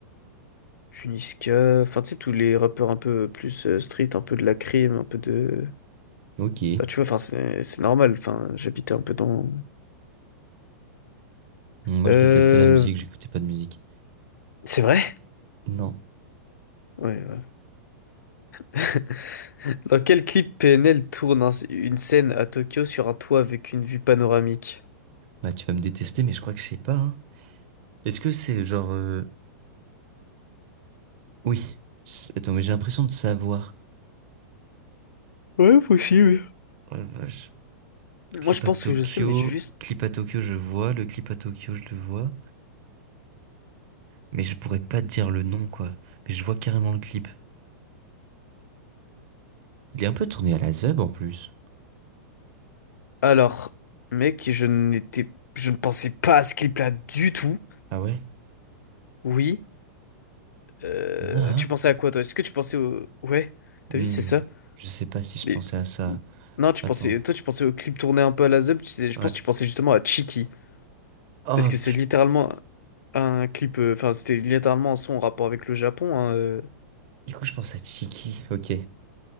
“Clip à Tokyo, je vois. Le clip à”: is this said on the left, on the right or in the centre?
Right